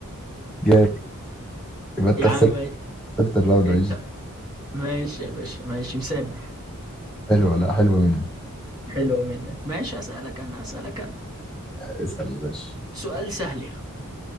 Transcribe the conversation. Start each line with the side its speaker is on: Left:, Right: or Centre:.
Centre: جامد يبقى انت
Right: يا عم
Centre: خسرت خسرت الراوند
Right: انت
Centre: دي
Right: ماشي يا باشا ماشي مسامح
Centre: حلوه لا حلوه مني
Right: حلو منك ماشي أسألك أنا أسألك أنا
Centre: اسال يا باشا
Right: سؤال سهل يعني